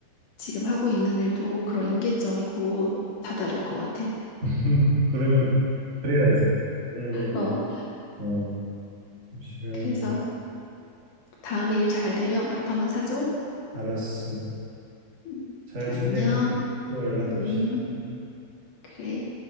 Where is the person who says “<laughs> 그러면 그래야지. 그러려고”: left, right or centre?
Right